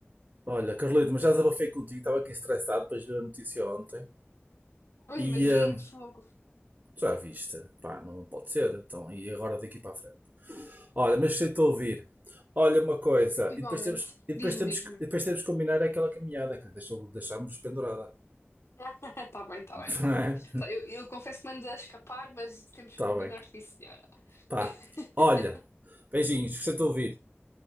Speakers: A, on the right; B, on the left.
A: Olha, Carlito, mas já desabafei contigo. Estava aqui estressado depois de ver a notícia ontem.
B: pois
A: E
B: imagino,
A: eh,
B: fogo.
A: já viste. Pá, não pode ser. Então, e agora daqui para a frente? Olha, mas gostei de te ouvir. Olha uma coisa,
B: Igualmente,
A: e depois temos, e depois
B: diz-me,
A: temos,
B: diz-me.
A: que- e depois temos que combinar aquela caminhada que deixou, deixámos pendurada.
B: <laughs> Tá bem, tá
A: <laughs>
B: bem.
A: Não é?
B: Tá, Eu, eu confesso que mando a escapar, mas temos que
A: Tá
B: combinar,
A: bem.
B: sim, senhora.
A: Pá.
B: <laughs>
A: Olha, beijinhos, gostei de te ouvir.